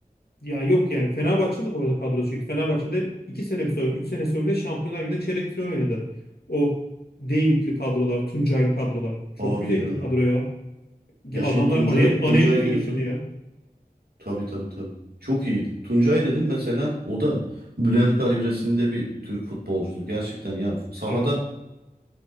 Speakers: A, on the left (about 80°); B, on the right (about 80°).
A: ya yok yani Fenerbahçe'nin de bu arada kadrosu yüksek. Fenerbahçe'de 2 sene bir sonra 3 sene sonra Şampiyonlar Ligi'nde çeyrek final oynadı. O David'li kadrolar, Tuncay'lı kadrolar. Çok
B: Abi
A: güzeldi
B: ya.
A: kadroya.
B: Ya
A: Adamlar
B: şimdi Tuncay
A: Ane- Anelka'yı
B: Tuncay diyorsun.
A: getirdi ya.
B: Tabii tabii tabii. Çok iyiydi. Tuncay dedim mesela o da Bülent kalibresinde bir Türk futbolcudur. Gerçekten ya sahada
A: Evet.